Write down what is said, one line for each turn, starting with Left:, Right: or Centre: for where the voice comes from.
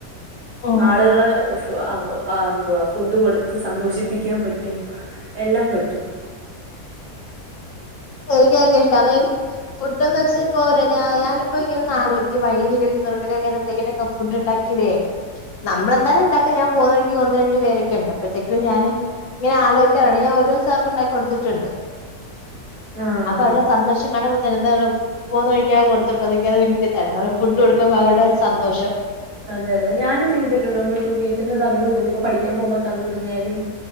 Left: ഉം
Right: ആളുകള് ഫ് ഹ അ ഫ എന്തുവാ ഫുഡ് കൊടുത്ത് സന്തോഷിപ്പിക്കാൻ പറ്റ് റ്റും എല്ലാം പറ്റും. <inaudible>
Left: ഇൻക്കങ് ഇഷ്ട്ടാണ്. ഫുഡ് എന്ന് വെച്ച് പ്പോ തെ ഞാ ഞാനിപ്പോ ഇങ്ങനെ അലോയ്ക്ക വഴിയിൽ ശെരിക്ക് തൊർക്ക് എന്തെക്കെ ഫുഡ്ണ്ടാ ക്കിലെ നമ്മളെന്താലും ഇണ്ടാക്കാ ഞാൻ പോവുന്നവൈക്ക് ഒന്ന് രണ്ട് പേരൊക്കെണ്ട് അപ്പഴേത്തേക്കും ഞാന്. ങ്ങനെ ആലോയ്ക്കാർണ്ട് ഞാ ഒരൂസ വർക്ക് ണ്ടാക്കി കൊട് ട്ട്ണ്ട്
Right: ആഹ്
Left: അപ്പൊ അവര്ടെ സന്തോഷം കണ്ടമ്പോത്തന്നെ ന്താണ്. പോകുന്നവഴിക്കാ കൊടുത്തപ്പഴേത്തേക്ക് അത് ബൈങ്കരതാണ് കാരണം ഫുഡ് കൊടുത്തപ്പൊ അവര്ടെ ഒര് സന്തോഷം.
Right: അതെ അതെ ഞാനും ചെയ്തിട്ടുണ്ട് നമ്മളിപ്പോ വീട്ട്ന്ന് തന്നു വിട്ന്ന ഇപ്പൊ പഠിക്കാൻ പോകുമ്പോ തന്നു വിടുന്നായാലും.